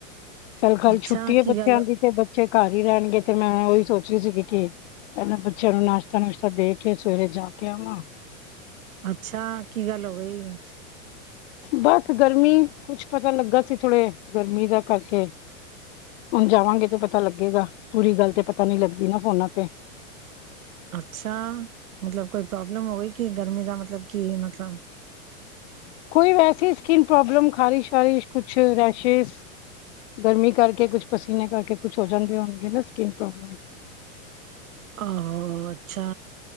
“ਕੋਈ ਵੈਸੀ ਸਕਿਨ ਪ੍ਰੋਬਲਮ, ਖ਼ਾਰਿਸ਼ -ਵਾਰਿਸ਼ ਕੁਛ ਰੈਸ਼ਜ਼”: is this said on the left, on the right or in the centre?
Left